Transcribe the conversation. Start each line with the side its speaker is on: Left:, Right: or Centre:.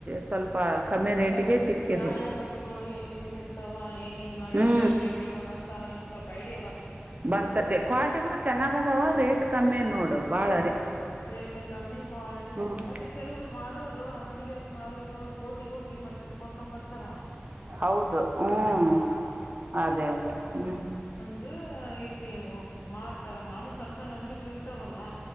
Right: ಸ್ವಲ್ಪ ಕಮ್ಮಿ
Left: ಎಲ್ಲ
Right: ರೇಟಿಗೆ ಸಿಕ್ಕಿದ್ವು
Left: ಯಾವ ಯಾವ ಬಟ್ಟಿಗಳು ಹೆಂಗ್ ಹೆಂಗ ಇರ್ತಾವ ಹೆಂಗ ಹೆಂಗ
Right: ಹ್ಞೂ
Left: ಎಷ್ಟ್ ಎಷ್ಟ್ ಕೇಳ್ಬೋದ ಅಂತ ನಮಗ್ ಸ್ವಲ್ಪ ಐಡಿಯಾ ಬರುತ್ತೆ
Right: ಭರ್ತತೆ ಕ್ವಾಲಿಟಿ ಕೂಡ ಚೆನ್ನಾಗ ಅದಾವ
Left: ಹೌದು
Right: ರೇಟ್ ಕಮ್ಮಿ ನೋಡು ಬಾಳ
Left: ರೇಟ್ ಕಮ್ಮಿ ಕ್ವಾಲಿಟಿ
Right: ಹ್ಞೂ
Left: ಚೆನ್ನಾಗಿ ಮತ್ತೆ ಕೆಲವರು ಮಾರೋರು ಅಂಗಡಿಿಗೆಾಕ ಮರವ್ರು ಕೋಟಿಗ ಹೋಗಿ ಮತ್ತೆ ಕೊಂಡ್ಕೊಂಡ್ ಬರ್ತಾರಾ
Right: ಹೌದು ಹ್ಮ್ ಅದೇ ಅದೇ ಹ್ಮ್
Left: ಅ ಇಲ್ಲಿ ಮಾರ್ತಾರ ಮಾಮೂಲ್ ಸಣ್ಣ ಸಣ್ಣ ಅಂಗಡಿಗಳು ಇರ್ತಾವಲ್ಲ